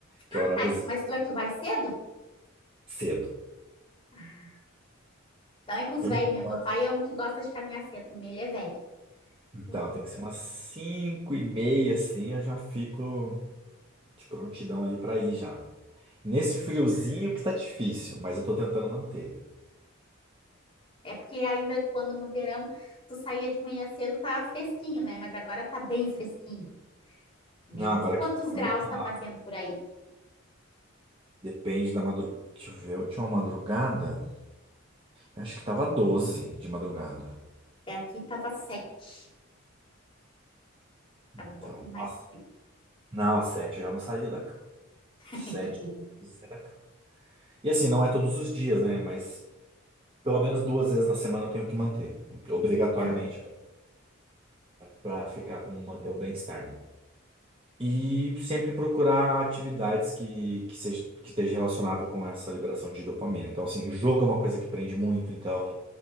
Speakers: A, on the right; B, on the left.
A: que
B: Ah,
A: é o horário
B: tá,
A: dos
B: então- mas tu, vai, tu vai cedo?
A: cedo.
B: Ah, então é com os
A: Eu
B: velhos
A: me esforço.
B: mesmo. Meu pai é um que gosta de caminhar cedo também, ele é velho.
A: Então,
B: É
A: tem que ser umas 5 e meia, assim, eu já fico de prontidão ali pra ir já. Nesse friozinho que tá difícil, mas eu tô tentando manter.
B: É porque ainda quando no verão tu saía de manhã cedo tava fresquinho, né? Mas agora tá bem fresquinho, né?
A: Não, agora
B: Quantos
A: aqui fica
B: graus
A: no lá.
B: tá fazendo por aí?
A: Depende da madrugada. Deixa eu ver, eu tinha uma madrugada, eu acho que tava 12 de madrugada.
B: Porque Aqui tava sete.
A: Então,
B: Tava um pouquinho mais
A: nossa.
B: frio.
A: Não, sete eu já não saía da cama.
B: <laughs>
A: Sete vezes é da cama. E assim, não é todos os dias, né? Mas pelo menos duas vezes na semana eu tenho que manter, obrigatoriamente,
B: Aham.
A: para ficar com manter o bem-estar. né. E sempre procurar atividades que, que, seja, que esteja relacionada com essa liberação de dopamina. Então, assim, o jogo é uma coisa que prende muito. Então,